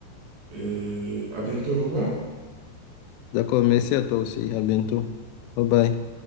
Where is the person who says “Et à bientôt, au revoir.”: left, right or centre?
Right